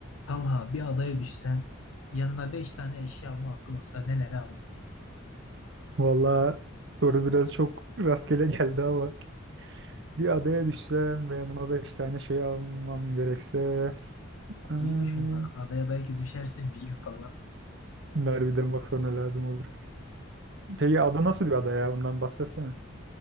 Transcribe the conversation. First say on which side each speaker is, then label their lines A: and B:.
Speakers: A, on the left; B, on the right.
A: Talha bir adaya düşsen yanına beş tane eşya alma hakkın olsa nelere alırdın?
B: Valla soru biraz çok rastgele geldi ama bir adaya düşsem ve yanıma beş tane şey almam gerekse aa,
A: İyi düşün bak adaya belki düşersin bir gün falan.
B: bunlar bak sonra lazım olur. Peki ada nasıl bir ada ya? Ondan bahsetsene.